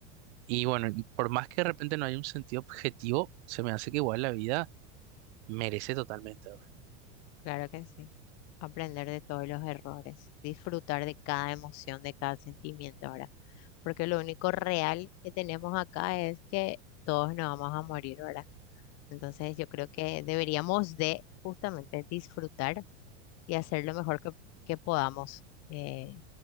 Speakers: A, on the right; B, on the left.
A: Y bueno, y por más que de repente no haya un sentido objetivo, se me hace que igual la vida merece totalmente, ¿verdad?
B: claro que sí. Aprender de todos los errores, disfrutar de cada emoción, de cada sentimiento, ahora Porque lo único real que tenemos acá es que todos nos vamos a morir, ¿verdad? Entonces yo creo que deberíamos de justamente disfrutar y hacer lo mejor que, que podamos eh,